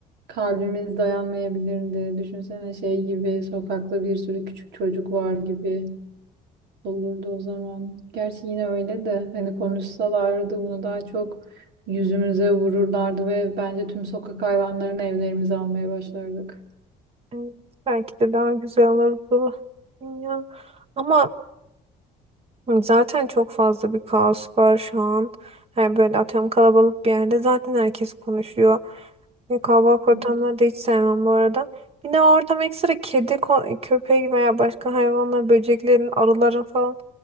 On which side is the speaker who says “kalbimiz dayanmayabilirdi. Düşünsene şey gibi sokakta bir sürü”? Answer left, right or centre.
Right